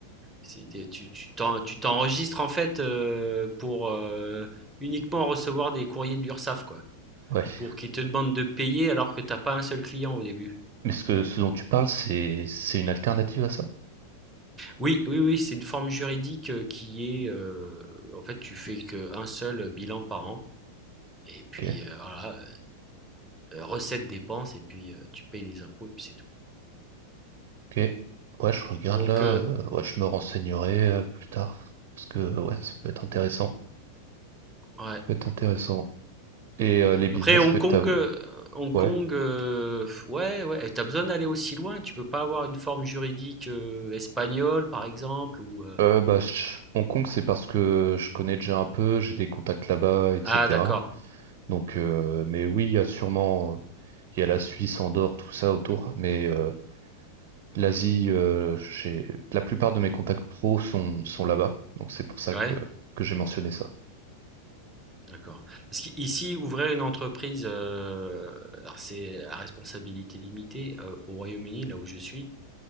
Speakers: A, in the centre; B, on the right (about 45°).
A: c'est des- Tu tu t'en- tu t'enregistres en fait euh, pour euh, uniquement recevoir des courriers de l'URSSAF, quoi.
B: Ouais.
A: pour qu'ils te demandent de payer alors que t'as pas un seul client au début.
B: Mais ce que, ce dont tu parles, c'est, c'est une alternative à ça?
A: Oui, oui, oui, c'est une forme juridique euh, qui est, euh, en fait, tu fais qu'un seul bilan par an, et puis
B: Ok.
A: euh, voilà, euh, recettes, dépenses, et puis euh, tu payes les impôts, et puis c'est tout.
B: Ok. Ouais, je regarde
A: Donc,
B: là.
A: euh,
B: euh, ouais, je me renseignerai euh, plus tard. Parce que euh, ouais, ça peut être intéressant. Ça
A: ouais.
B: peut être intéressant. Et euh, les business
A: Après, Hong
B: que
A: Kong,
B: t'as.
A: euh, Hong
B: Ouais.
A: Kong, euh, ouais, ouais, t'as besoin d'aller aussi loin, tu peux pas avoir une forme juridique euh, espagnole, par exemple, ou... euh,
B: Euh, bah, je- Hong Kong, c'est parce que je connais déjà un peu, j'ai des contacts là-bas, etc.
A: Ah, d'accord,
B: Donc, euh, mais oui, il y a sûrement, il y a la Suisse, Andorre, tout ça autour. Mais euh, L'Asie, euh, j'ai- la plupart de mes contacts pro sont, sont là-bas, donc c'est pour ça
A: ouais.
B: que, que j'ai mentionné ça.
A: D'accord. Parce qu'ici, ouvrir une entreprise, heu, alors c'est à responsabilité limitée, heu, au Royaume-Uni, là où je suis,